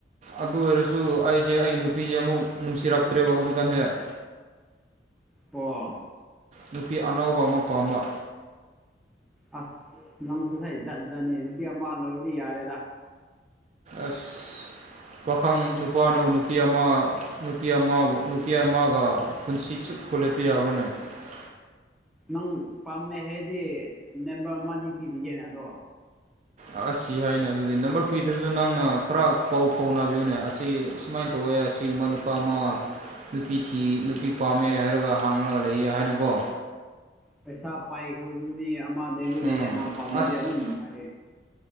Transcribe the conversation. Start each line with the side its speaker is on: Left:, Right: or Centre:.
Right: ꯑꯗꯨ ꯑꯣꯏꯔꯁꯨ ꯑꯩꯁꯦ ꯑꯩ ꯅꯨꯄꯤꯁꯦ ꯑꯃꯨꯛ ꯅꯨꯡꯁꯤꯔꯛꯇ꯭ꯔꯦꯕ ꯍꯧꯖꯤꯛꯀꯥꯟꯁꯦ <inaudible>
Centre: ꯑꯣ
Right: ꯅꯨꯄꯤ ꯑꯅꯧꯕ ꯑꯃ ꯄꯥꯝꯃ
Centre: ꯑꯁ ꯅꯪꯁꯨ ꯍꯩ ꯖꯥꯠ ꯖꯥꯠꯅꯤ ꯅꯨꯄꯤ ꯑꯃ ꯂꯧꯔꯗꯤ ꯌꯥꯔꯦꯗ
Right: ꯑꯁ ꯄꯥꯈꯪ ꯅꯨꯄꯥꯅꯕꯨ ꯅꯨꯄꯤ ꯑꯃ ꯅꯨꯄꯤ ꯑꯃꯕꯨ ꯅꯨꯄꯤ ꯑꯃꯒ ꯄꯨꯟꯁꯤ ꯄꯨꯂꯦꯞꯄꯤ ꯌꯥꯕꯅꯦ <unintelligible>
Centre: ꯅꯪ ꯄꯥꯝꯃꯦ ꯍꯥꯏꯗꯤ ꯅꯦꯝꯕꯔ ꯑꯃꯗꯤ ꯄꯤꯔꯤꯒꯦꯅꯦ ꯑꯗꯣ
Right: ꯑꯁ ꯁꯤ ꯍꯥꯏꯅꯦ ꯑꯗꯨꯗꯤ ꯅꯝꯕꯔ ꯄꯤꯗ꯭ꯔꯁꯨ ꯅꯪꯅ ꯈꯔ ꯄꯥꯎ ꯐꯥꯎ ꯅꯥꯕꯤꯌꯨꯅꯦ ꯑꯁꯤ ꯁꯨꯃꯥꯏꯅ ꯇꯧꯋ ꯁꯤ ꯃꯅꯄꯥꯥꯃ ꯅꯨꯄꯤ ꯊꯤ ꯅꯨꯄꯤ ꯄꯥꯝꯃꯦ ꯍꯥꯏꯔꯒ ꯍꯥꯡꯉꯒ ꯂꯩꯌꯦ ꯍꯥꯏꯅꯀꯣ
Centre: ꯄꯩꯁꯥ ꯄꯥꯏꯈ꯭ꯔꯕ ꯃꯤ ꯑꯃꯗꯩꯗꯤ
Right: ꯎꯝ
Centre: ꯂꯩꯌꯦꯅ ꯄꯥꯝꯅꯗꯤ
Right: ꯑꯁ
Centre: ꯑꯗꯨꯝ ꯑꯩ